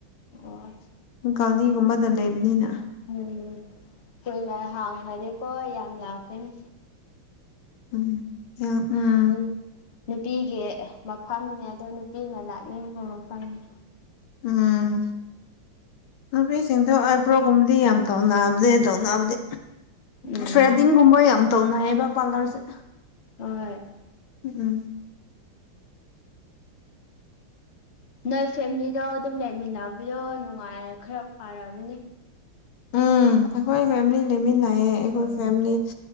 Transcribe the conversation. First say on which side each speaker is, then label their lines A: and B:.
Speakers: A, on the left; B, on the left.
A: ꯑꯣ
B: ꯒꯥꯔꯤꯒꯨꯝꯕꯗ ꯂꯩꯕꯅꯤꯅ
A: ꯎꯝ ꯀꯨꯢꯅ ꯍꯥꯡꯈ꯭ꯔꯗꯤꯀꯣ ꯌꯥꯝ ꯂꯥꯛꯀꯅꯤ
B: ꯎꯝ ꯌꯥ ꯎꯝ
A: ꯃꯤ ꯅꯨꯄꯤꯒꯤ ꯃꯐꯝꯅꯦ ꯑꯗꯨ ꯅꯨꯄꯤꯅ ꯂꯥꯛꯅꯤꯡꯕ ꯃꯐꯝꯅꯤ
B: ꯎꯝ ꯅꯨꯄꯤꯁꯤꯡꯗꯣ ꯑꯩꯕ꯭ꯔꯣꯒꯨꯝꯕꯗꯤ ꯌꯥꯝ ꯇꯧꯅꯕꯗꯤ ꯇꯧꯅꯕꯗꯤ
A: ꯎꯝ
B: ꯊ꯭ꯔꯦꯗꯤꯡꯒꯨꯝꯕ ꯌꯥꯝ ꯇꯧꯅꯩꯌꯦꯕ ꯄꯥꯔꯂꯔꯁꯦ
A: ꯍꯣꯏ
B: ꯎꯝ
A: ꯅꯣꯏ ꯐꯦꯃꯤꯂꯤꯗꯣ ꯑꯗꯨꯝ ꯂꯩꯃꯤꯟꯅꯕꯗꯣ ꯅꯨꯡꯉꯥꯏꯔ ꯈꯔ ꯐꯔꯝꯅꯤ
B: ꯎꯝ ꯑꯩꯈꯣꯏ ꯐꯦꯃꯤꯂꯤ ꯂꯩꯃꯤꯟꯅꯩꯌꯦ
A: ꯎꯝ
B: ꯑꯩꯈꯣꯏ ꯐꯦꯃꯤꯂꯤ